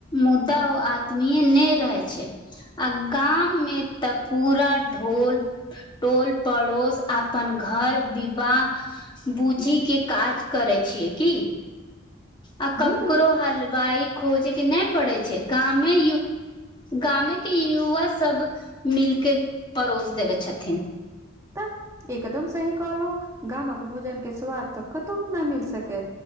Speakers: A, on the left; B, on the right.
A: मुद्दा ओ आत्मीय नय रहै छै आ गाम मे तऽ पूरा ढोल टोल पड़ोस अपन घर विवाह बूजी के काज करे छियै की आ
B: हूँ
A: ककरो हाल वाइ खोजे के नय पड़े छै गामे गामे के युवा सब मिलके परड़ोस देब छथिथिन
B: तऽ एकदम सही कहलहुं गामक भोजन के स्वाद तऽ कतहु न मिल सकै